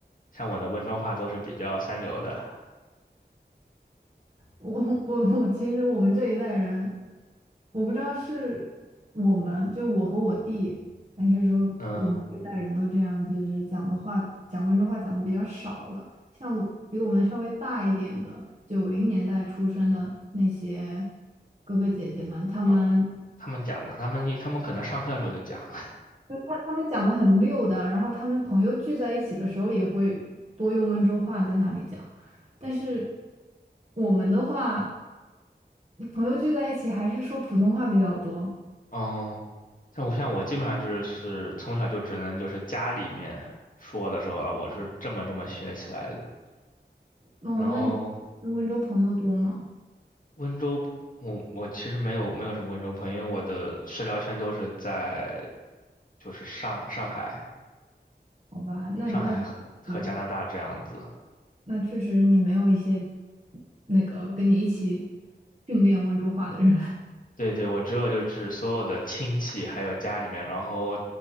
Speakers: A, on the left (about 50°); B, on the right (about 35°).
A: 像我的温州话都是比较三流的。
B: 我 <laughs> 我我，其实我们这一代人，我不知道是我们就我和我弟，还是说我们这一代人都这样，
A: 嗯
B: 就是讲的话，讲温州话讲的比较少了。像我比我们稍微大一点的，九零年代出生的那些哥哥姐姐们，他们
A: 啊，他们讲的，他们他们可能上课的时候就讲。
B: 就他他们讲的很溜的，然后他们朋友聚在一起的时候也会多用温州话在那里讲，但是我们的话。朋友聚在一起还是说普通话比较多。
A: 哦，像我像我基本上就是是从小就只能就是家里面说的时候了，我是这么这么学起来的。
B: 哦，
A: 然后
B: 那你跟温州朋友多吗？
A: 温州，我我其实没有没有什么温州朋友，因为我的社交圈都是在就是上上海、
B: 好吧，那那
A: 上海和和加拿大这样子。
B: 嗯，那确实你没有一些那个跟你一起训练温州话的人。<laughs>
A: 对对，我只有就是所有的亲戚还有家里面，然后